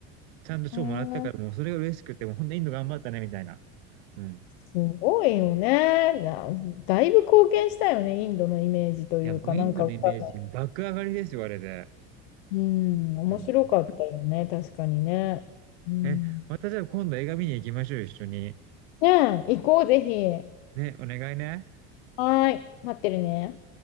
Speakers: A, on the right; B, on the left.
A: ちゃんと賞もらったから、
B: うん、
A: もうそれが嬉しくて、もうほんとインド頑張ったね、みたいな。うん。
B: すごいよね。なだいぶ貢献したよね、インドのイメージというか、
A: いや、もうインドのイメージ爆上がりですよ、
B: なんかわかんない。
A: あれで。
B: うん、面白かったよね、
A: うん。
B: 確かにね。うん
A: え、またじゃあ今度映画見に行きましょう、一緒に。
B: ねえ、行こう、ぜひ。
A: ね、お願いね。
B: はーい、待ってるね。